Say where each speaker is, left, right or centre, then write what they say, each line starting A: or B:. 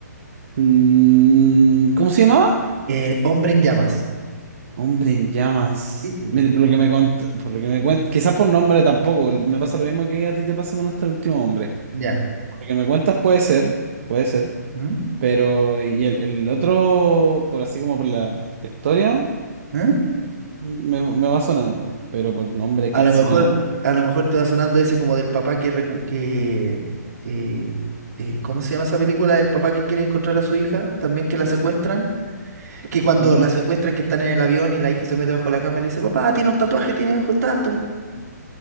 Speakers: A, on the right; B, on the right.
A: Mm, ¿cómo se llamaba?
B: Eh, Hombre en llamas.
A: Hombre en llamas.
B: Sí,
A: Mire, por lo que me cont- por lo que me cuentas, quizás por nombre tampoco, me pasa lo mismo que a ti te pasa con hasta el último hombre.
B: Ya.
A: Por lo que me cuentas puede ser, puede ser,
B: ¿Mm?
A: pero y el, el otro, por así como por la historia,
B: ¿Mm?
A: me, me va sonando, pero por nombre
B: A
A: casi
B: lo mejor,
A: nada.
B: a lo mejor te va sonando ese como del papá que, recu- que eh, eh, ¿cómo se llama esa película? Del papá que quiere encontrar a su hija, también que la secuestran. Que cuando
A: Ujú.
B: la secuestran, que están en el avión y la hija se mete bajo la cama y le dice, papá, tiene un tatuaje, tiene ojos tanto.